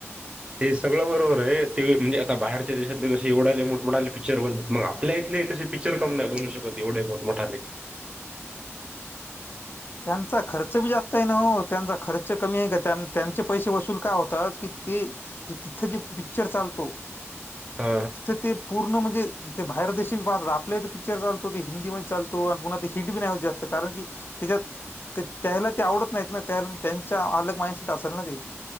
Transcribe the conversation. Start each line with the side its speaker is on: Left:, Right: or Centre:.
Right: ते सगळं बरोबर आहे ते म्हणजे आता बाहेरच्या देशातले कसे एवढाले मोठमोठाले पिक्चर बनतात मग आप आपल्या इथले तसे पिक्चर कम नाही बजू शकत एवढे मोठमोठाने
Left: त्यांचा खर्च बी जास्त ना हो त्यांचा खर्च कमी आहे का त्यांचे पैसे वसूल का होतात की ते तिथे जे पिक्चर चालतो
Right: हा
Left: तिथ ते पूर्ण म्हणजे ते बाहेर देशशी बी पाहतात आपल्याले तर पिक्चर चालतो ते हिंदी म चालतो आणि पुन्हा ते हटी नाही होत जास्त कारण की त्याच्यात त्याला ते आवडत नाहीत ना त्या त्यांच्या अलग माइंडसेट असेल ना ते